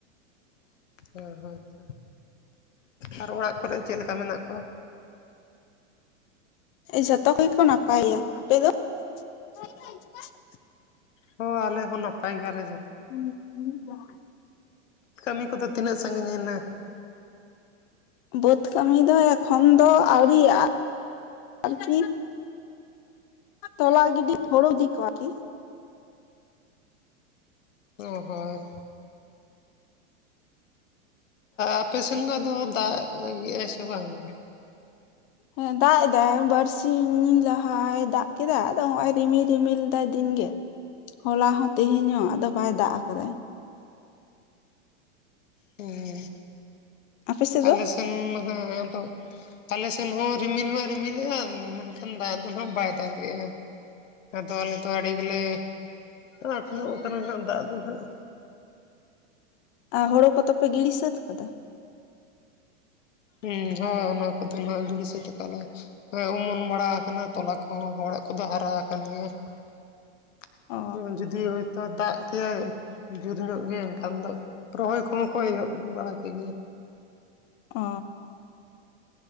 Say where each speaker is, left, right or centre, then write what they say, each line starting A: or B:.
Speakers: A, on the left (about 85°); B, on the left (about 45°).
A: ᱚ ᱦᱳᱭᱛᱚ ᱟᱨ ᱚᱲᱟᱜ ᱠᱚᱨᱮ ᱪᱮᱫ ᱞᱮᱠᱟ ᱢᱮᱱᱟᱜ ᱠᱚᱣᱟ
B: ᱮ ᱡᱷᱚᱛᱚ ᱜᱮᱠᱚ ᱱᱟᱯᱟᱭᱟ ᱟᱯᱮ ᱫᱚ <unintelligible>
A: ᱦᱚᱸ ᱟᱞᱮ ᱦᱚᱸ ᱱᱟᱯᱟᱭ ᱜᱮᱭᱟᱞᱮ ᱡᱚᱛᱚ
B: <unintelligible>
A: ᱠᱟᱹᱢᱤ ᱠᱚᱫᱚ ᱛᱤᱱᱟᱹᱜ ᱥᱟᱺᱜᱤᱧ ᱮᱱᱟ
B: ᱵᱟᱹᱫᱽ ᱠᱟᱹᱢᱤ ᱫᱚ ᱮᱠᱷᱚᱱ ᱫᱚ ᱟᱣᱨᱤᱭᱟᱜ-ᱟ ᱟᱨᱠᱤ ᱛᱚᱞᱟ ᱜᱤᱰᱤ ᱦᱩᱲᱩ ᱤᱫᱤ ᱠᱚᱣᱟᱠᱤ
A: ᱚ ᱦᱚᱸ ᱟᱯᱮ ᱥᱮᱱ ᱫᱚ ᱫᱟᱜ ᱟᱭ ᱥᱮ ᱵᱟᱝᱜ
B: ᱦᱮᱸ ᱫᱟᱜ ᱮᱫᱟᱭ ᱵᱟᱨᱥᱤᱧ ᱞᱟᱦᱟᱭ ᱫᱟᱜ ᱠᱮᱫᱟ ᱟᱫᱚ ᱦᱚᱜ ᱚᱭ ᱨᱤᱢᱤᱞ ᱨᱤᱢᱤᱞ ᱞᱮᱫᱟᱭ ᱫᱤᱱᱜᱮ ᱦᱚᱞᱟ ᱦᱚᱸ ᱛᱮᱦᱮᱧ ᱦᱚᱸ ᱟᱫᱚ ᱵᱟᱭ ᱫᱟᱜ ᱟᱠᱟᱫᱫᱟ
A: ᱦᱮᱸ
B: ᱟᱯᱮ ᱥᱮᱫ
A: ᱟᱞᱮ
B: ᱫᱚ
A: ᱥᱮᱱ ᱢᱟᱱ ᱡᱟᱸᱜᱟ ᱟᱫᱚ ᱛᱟᱦᱞᱮ ᱥᱮᱱ ᱦᱚᱸ ᱨᱤᱢᱤᱞ ᱢᱟ ᱨᱤᱢᱤᱞᱮᱜᱼᱟ ᱢᱮᱱᱠᱷᱟᱱ ᱫᱟᱜ ᱫᱚ ᱦᱟᱜ ᱵᱟᱭ ᱫᱟᱜᱮᱜᱼᱟ ᱟᱫᱚ ᱟᱞᱮ ᱫᱚ ᱟᱹᱰᱤ ᱜᱮᱞᱮ ᱟᱸᱴ ᱧᱚᱜ ᱠᱟᱱᱟ ᱱᱟᱸᱜ ᱫᱟᱜ ᱫᱚ ᱱᱟᱱᱟᱜ
B: ᱟᱨ ᱦᱳᱲᱳ ᱠᱚᱫᱚᱯᱮ ᱜᱤᱲᱤ ᱥᱟᱹᱛ ᱟᱠᱟᱫᱟ
A: ᱦᱮᱸ ᱦᱚᱭ ᱚᱱᱟ ᱠᱚᱫᱚ ᱱᱟᱦᱟᱜ ᱡᱩᱲᱤ ᱥᱟᱹᱛ ᱟᱠᱟᱜ ᱞᱮ ᱦᱮᱸ ᱚᱢᱚᱱ ᱵᱟᱲᱟ ᱟᱠᱟᱱᱟ ᱛᱚᱞᱟ ᱠᱚᱦᱚᱸ ᱦᱚᱲᱟᱜ ᱠᱚᱫᱚ ᱦᱟᱨᱟ ᱟᱠᱟᱱ ᱜᱮᱭᱟ <unintelligible>
B: ᱚ
A: ᱡᱩᱫᱤᱭ ᱛᱚ ᱫᱟᱜ ᱠᱟᱭ ᱡᱳᱨ ᱧᱚᱜ ᱜᱮ ᱮᱱᱠᱷᱟᱱ ᱫᱚ ᱨᱚᱦᱚᱭ ᱠᱚᱦᱚᱸ ᱠᱚ ᱮᱦᱚᱵ ᱵᱟᱲᱟ ᱠᱮᱫ ᱜᱮᱭᱟ
B: ᱚᱻ